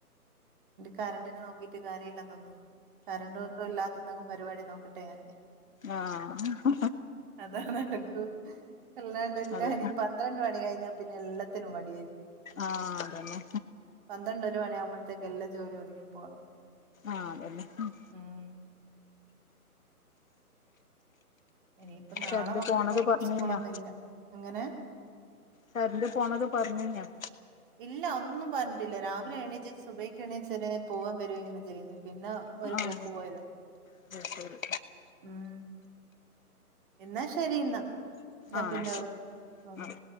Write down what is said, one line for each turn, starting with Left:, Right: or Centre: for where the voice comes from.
Right: കരണ്ടറിനെ നോക്കിട്ട് കാര്യല്ലാ തോന്നുന്നു. കറണ്ട് കൊണ്ടും ഇല്ലാത്ത എന്തെങ്കിലും പരിപാടി നോക്കട്ടെ ഞാന്.
Left: ആഹ്
Right: അതാ നടക്കൂ. അല്ലാണ്ട്ല്ലനിപ്പാന്ന്,
Left: അതെ
Right: <unintelligible> കഴിഞാൽ പിന്നെ എല്ലത്തിനും മടി ആയിരിക്കും.
Left: ആഹ അതന്നെ.
Right: പന്ത്രണ്ട് ഒരു മണിയാവുമ്പോഴത്തേക്ക് എല്ലാ ജോലി ഒതുങ്ങിപ്പോണ്.
Left: ആ എല്ലാ <unintelligible>
Right: ഉം. ഇനിയിപ്പ നാളെ
Left: കരണ്ട്
Right: മക്കൊക്കെ
Left: പോണത് പറഞ്ഞീനോ
Right: ഉസ്കൂളൊന്നും ഇല്ല. എങ്ങനെ?
Left: <unintelligible> പോണത് പറഞ്ഞു ഞാൻ.
Right: ഇല്ല ഒന്നും പറഞ്ഞിട്ടില്ല രാവിലെ എണീച്ച് സുബയ്ക്ക് എണീച്ച് പോകാൻ വരും ഇങ്ങനെ ചെയ്യുന്നു. പിന്നെ- ഒരു
Left: ആഹ്
Right: പോക്ക് പോയതാ.
Left: അത് ശരി
Right: ഉം എന്നാ ശരി എന്നാ ഞാൻ
Left: ആഹ്
Right: പിന്നെ
Left: ശരി
Right: വിളിക്ക.
Left: ആഹ്